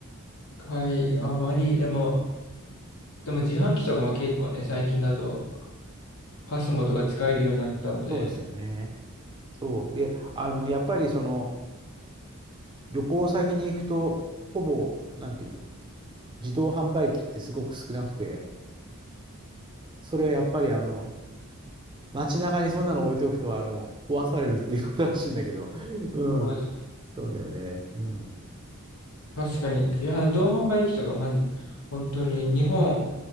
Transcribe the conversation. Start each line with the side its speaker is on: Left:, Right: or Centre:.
Left: かい、あまり、でも、でも自販機とかも結構ね、最近だとパスモとか使えるようになったので、
Right: そうですよね。そう。で、あの、やっぱりその、旅行先に行くと、ほぼ、なんていうの、自動販売機ってすごく少なくて、それはやっぱりあの、街中にそんなの置いておくと、あの、壊されるっていうことらしいんだけど、<laughs> うん。
Left: そうです
Right: そうだよね。うん。
Left: 確かに自販、同販売機とか、まじ、本当に日本